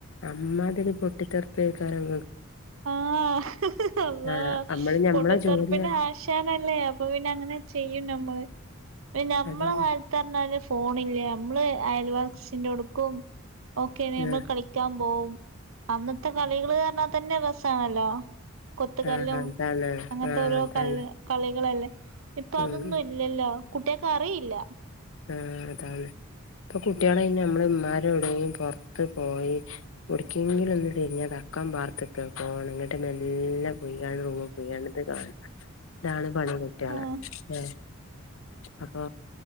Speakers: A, on the left; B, on the right.
A: അമ്മാതിരി പൊട്ടിത്തെറ്പ്പേക്കാരം
B: ആഹ അള്ളാ
A: ആഹ് നമ്മള് ഞമ്മളെ
B: പൊട്ടത്തെറപ്പന്നെ
A: ജോലിയാ
B: ആശാനല്ലേ അപ്പൊ പിന്നെ ങ്ങനെ ചെയ്യും നമ്മള് നമ്മള
A: അതന്നെ
B: കാലത്തറ്ഞ്ഞാല് ഫ് ഫോണില്ലേ നമ്മള് അയൽവാക്സിന്റോട്ക്കും ഓക്കെ നമ്മള്
A: ആഹ്
B: കളിക്കാൻ പോകും അന്നത്തെ കളികള് അർഞ്ഞാതന്നെ രസാണല്ലോ കൊത്തുകല്ലും
A: ആഹ് ആഹ് അതാണ്
B: അങ്ങനത്തെ
A: ആഹ്
B: ഓരോ
A: അതാണ്
B: കല് കളികളല്ലേ ഇപ്പൊ
A: ഉം
B: അതൊന്നും ഇല്ലല്ലോ കുട്ടിയകറില്ല
A: ആഹ അതാണ് ഇപ്പൊ കുട്ടികള അയിന് മ്മള് മ്മാര് വിടെന് പൊർത്ത് പോയി എടക്കെങ്കിലൊന്ന് തിര്ഞ്ഞ തക്കം പാർത്ത്ക്ക ഫോണ് ങ്ങട്ട് <unintelligible> മേല്ല പൊയ്കണ്ട് റൂമി പൊയ്ക്കണ്ട് ത് കാണ ഇതാണ് പണി കുട്ടിയള
B: ആഹ്
A: ഏ അപ്പൊ